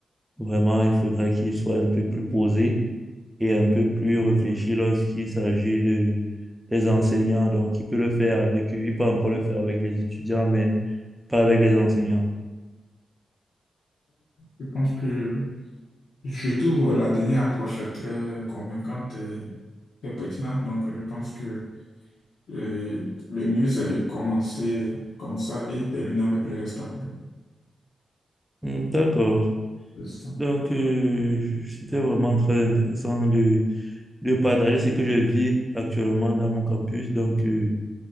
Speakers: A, in the centre; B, on the left.
A: vraiment, il faudrait qu'il soit un peu plus posé et un peu plus réfléchi lorsqu'il s'agit de, des enseignants. Donc, il peut le faire avec eux, il peut encore le faire avec les étudiants, mais pas avec les enseignants.
B: Je pense que je trouve la dernière approche très convaincante et très pertinente. Donc, je pense que euh, le mieux, c'est de commencer comme ça et terminer avec le reste après.
A: Hmm, D'accord.
B: C'est ça.
A: Donc, euh, c'était vraiment très intéressant de, de partager ce que je vis actuellement dans mon campus. Donc, euh,